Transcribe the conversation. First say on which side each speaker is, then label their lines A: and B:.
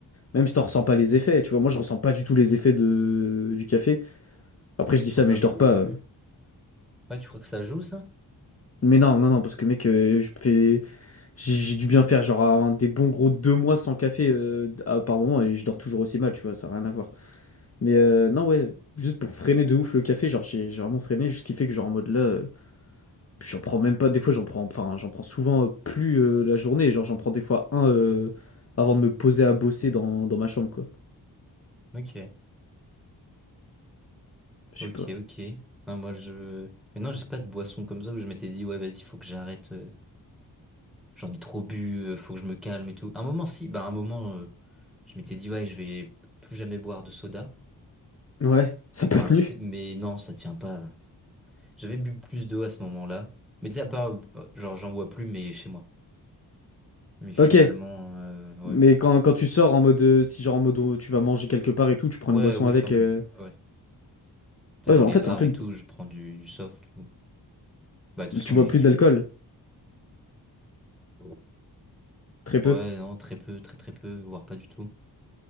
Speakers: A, on the left; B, in the centre.
A: Même si t'en ressens pas les effets, tu vois. Moi, je ressens pas du tout les effets de, du café. Après,
B: Tu
A: je dis
B: te sens
A: ça, mais
B: pas
A: je
B: plus...
A: dors pas. euh.
B: Ouais, tu crois que ça joue, ça?
A: Mais non, non, non, parce que mec, euh, je fais, j'ai j'ai dû bien faire genre un- des bons gros deux mois sans café euh, à- par moment et je dors toujours aussi mal, tu vois, ça n'a rien à voir. Mais euh, non, ouais, juste pour freiner de ouf le café, genre j'ai j'ai vraiment freiné, juste ce qui fait que genre en mode là. euh, Puis J'en prends même pas, des fois j'en prends, enfin j'en prends souvent euh, plus euh, la journée, genre j'en prends des fois un euh, avant de me poser à bosser dans, dans ma chambre quoi.
B: Ok,
A: Je
B: ok,
A: sais pas.
B: ok. Non, moi, je... Mais non, j'ai pas de boisson comme ça où je m'étais dit, ouais, vas-y, faut que j'arrête. euh, J'en ai trop bu, euh, faut que je me calme et tout. Un moment, si, bah, un moment, euh, je m'étais dit, ouais, je vais plus jamais boire de soda.
A: Ouais, ça n'a
B: Enfin,
A: pas tenu.
B: tu sais, mais non, ça tient pas. J'avais bu plus d'eau à ce moment-là. Mais tu sais, à part, euh, genre, j'en bois plus, mais chez moi. Mais finalement,
A: Ok,
B: euh, ouais.
A: mais quand, quand tu sors en mode, euh, si genre en mode euh, tu vas manger quelque part et tout, tu prends
B: Ouais,
A: une boisson
B: oui,
A: avec.
B: quand même.
A: euh,
B: Ouais. Tu
A: Ouais,
B: sais, dans
A: bah,
B: les
A: en fait
B: bars
A: c'est un peu,
B: et tout, je prends du, du soft ou... Bah, de toute façon,
A: tu
B: il
A: bois
B: y
A: plus d'alcool,
B: a...
A: très peu.
B: Ouais, non, très peu, très très peu, voire pas du tout.